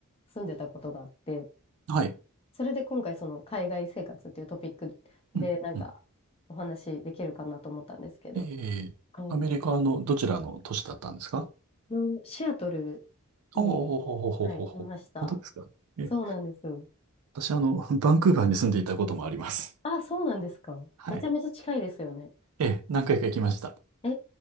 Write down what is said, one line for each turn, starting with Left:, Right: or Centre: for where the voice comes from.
Left: 住んでたことがあって、
Right: はい。
Left: それで今回その海外生活っていうトピックでなんかお話できるかなと思ったんですけど、
Right: うんうん。ええ。
Left: は
Right: アメリカのどちらの都市だったんですか
Left: い、のシアトルに、
Right: おおほほほほほほ。
Left: はい、いました。
Right: 本当ですか。え
Left: そうなんですよ。
Right: 私、あの、<laughs> バンクーバーに住んでいたこともあります。
Left: あ、そうなんですか。
Right: はい。
Left: めちゃめちゃ近いですよね。
Right: ええ、何回か行きました。
Left: え